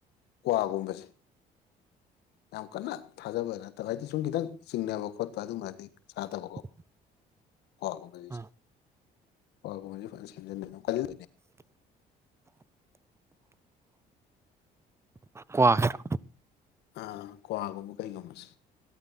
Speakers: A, on the left; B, on the right.
A: ꯀ꯭ꯋꯥꯒꯨꯝꯕꯁꯦ ꯌꯥꯝ ꯀꯟꯅ ꯊꯥꯖꯕ ꯅꯠꯇꯕ ꯍꯥꯏꯗꯤ ꯁꯨꯝ ꯈꯤꯇꯪ ꯆꯤꯡꯅꯕ ꯈꯣꯠꯄ ꯑꯗꯨꯝꯕꯗꯤ ꯁꯥꯗꯕ ꯈꯣꯠꯄ
B: <inaudible> <unintelligible>
A: ꯍ
B: ꯑꯥ
A: ꯍꯕꯨꯝ ꯐꯅ ꯁꯦꯝꯖꯤꯟꯕꯤꯗ
B: ꯀꯒ꯭ꯋꯥꯈꯔꯥ
A: ꯑꯥ ꯀ꯭ꯋꯥꯒꯨꯝꯕ ꯀꯔꯤꯒꯨꯝꯃꯁꯤ